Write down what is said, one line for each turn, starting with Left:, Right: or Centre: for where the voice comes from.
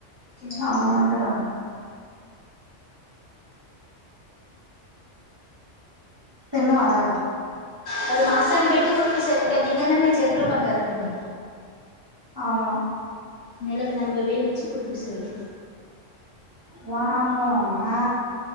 Left: చిన్న చిన్నవాన్ని
Right: అవునంటగా తిన్నవారా
Left: వాళ్ళు మాస్టర్ని పెట్టి కుట్టిపిస్తారు ఇంకా నీకన్నా నీ చేతిలో పని కదా పిన్ని
Right: అవునా
Left: నెలకు నలభై వేలు ఇచ్చి కుట్ బిస్తారు
Right: వామ్మో ఆ